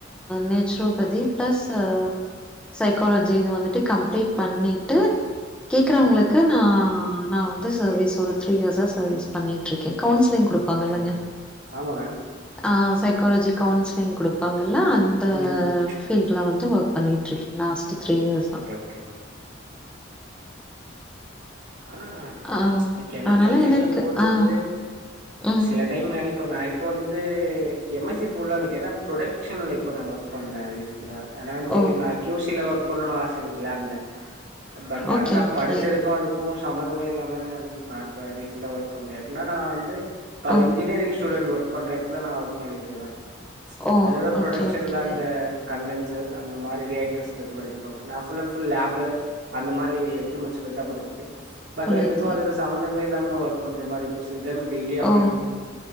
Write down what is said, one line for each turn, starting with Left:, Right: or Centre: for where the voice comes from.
Centre: நேச்ரோபதி ப்ளஸ் அ சைக்காலஜி இது வந்துட்டு கம்ப்ளீட் பண்ணிட்டு கேக்றவங்களுக்கு
Right: ம்
Centre: நா நா வந்து சர்வீஸ் ஒரு த்ரீ இயர்ஸா சர்வீஸ் பண்ணிட்ருக்கே கவுன்சிலிங் குடுப்பாங்கல்லங்க
Right: ஓகே மேம் ஆமா மேம்
Centre: ஆ சைகாலஜி கவுன்சிலிங் குடுப்பாங்கல்ல அந்த
Right: ம்
Centre: ஃபீல்ட்ல வந்து ஒர்க் பண்ணிட்டுருக்கே லாஸ்ட்டு த்ரீ இயர்ஸ்ஸா
Right: ஓகே ஓகே ஆனா
Centre: ஆ
Right: அந்த கெமிக்கல்
Centre: அதனால
Right: ஃபீல்ட்ல
Centre: எனக்கு
Right: போறது
Centre: ஆ
Right: வந்து
Centre: ம்.
Right: சில டைம் நெனைப்பே நா இப்போ வந்து எம் எஸ் சி போட்லான் இருக்கே என்னா ப்ரொடக்ஷன்ல இப்ப நா ஒர்க் பண்றே <unintelligible> ஆனா வந்து
Centre: ஓ!
Right: நா க்யூசில ஒர்க் பண்ணுன்னு ஆச எனக்கு லேப்ல பட்
Centre: ஓகே,
Right: ஆனா நா
Centre: ஓகே.
Right: படிச்சதுக்கு அது க்கு சம்மந்தமே இல்லாம நா இப்ப ரீசெண்டா ஒர்க் பண்றே எப்டின்னா நா வந்து இப்ப
Centre: ஓ!
Right: இன்ஜினியரிங் ஸ்டூடெண்ட் ஒர்க் பண்ற எட்த்துல நா ஒர்க் பண்ணிட்ருக்கே
Centre: ஓ!
Right: அவுங்க தா ப்ரொடக்ஷன்ல
Centre: ஓகே, ஓகே.
Right: அந்த கண்டன்சர் அந்த மாரி ரியாக்டர்ஸ் பத்தி படிச்சிருப்பாங்க நா ஃபுல்லன்ஃபுல் லேப்ல அந்த மாரி எக்கியூப்மெண்ட்ஸ் பத்தி தா படிச்சது பட்
Centre: புரியுது.
Right: எனக்கு அதுக்கு தா சம்மந்தமே இல்லாம நா ஒர்க் பண்ற மாரிருக்கு சில டைம் கில் டியா ஃபீல்
Centre: ஓ!
Right: பண்ணுவே